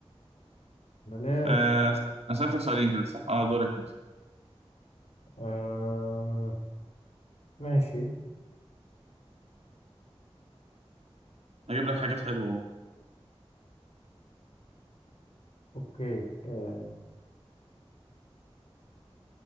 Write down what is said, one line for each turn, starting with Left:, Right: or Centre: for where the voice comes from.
Left: ملاش
Right: آه س- انا سالتك سؤالين كده صح اه دورك انت
Left: آه ماشي
Right: هجيب لك حاجات حلوه اهو.
Left: اوكي آه.